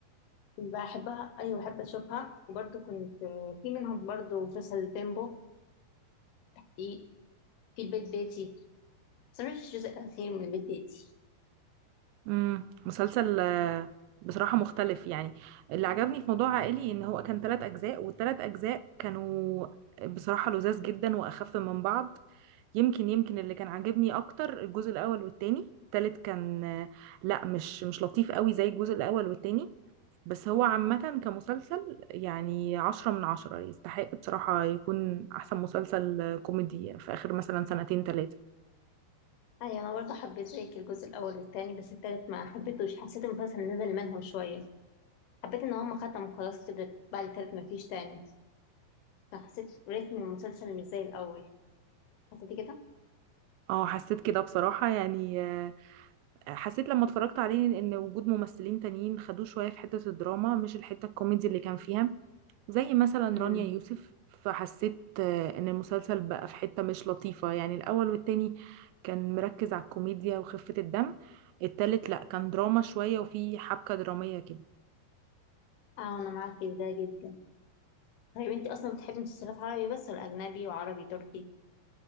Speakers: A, on the left; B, on the right.
A: بحبها ايوه بحب اشوفها وبرضه كنت في منهم برضه مسلسل بيمبو في في البيت بيتي بس أنا مش الجزء الاخير من البيت بيتي
B: امم مسلسل آه، بصراحة مختلف يعني اللي عجبني في موضوع عائلي ان هو كان ثلاث اجزاء والثلاث اجزاء كانوا بصراحة لذاذ جدا واخف من بعض يمكن يمكن اللي كان عاجبني اكتر الجزء الاول والتاني التالت كان آه، لا مش مش لطيف قوي زي الجزء الاول والتاني بس هو عامة كمسلسل يعني عشرة من عشرة يستحق بصراحة يكون أحسن مسلسل كوميدي في آخر مثلا سنتين تلاتة
A: ايوه انا برضه حبيت زيك الجزء الاول والتاني بس التالت ما حبيتهوش حسيت المسلسل نزل منهم شويه حبيت ان هم ختموا خلاص كده بعد التالت ما فيش تاني فحسيت رتم المسلسل مش زي الاول حسيتي كده
B: اه حسيت كده بصراحة يعني آه، حسيت لما اتفرجت عليه إن وجود ممثلين تانيين خدوه شوية في حتة الدراما مش الحتة الكوميدي اللي كان فيها زي مثلا
A: امم
B: رانيا يوسف فحسيت آه، إن المسلسل بقى في حتة مش لطيفة يعني الأول والتاني كان مركز على الكوميديا وخفة الدم التالت لأ كان دراما شوية وفي حبكة درامية كده
A: اه انا معاكي في ده جدا طيب انت اصلا بتحبي مسلسلات عربي بس ولا اجنبي وعربي تركي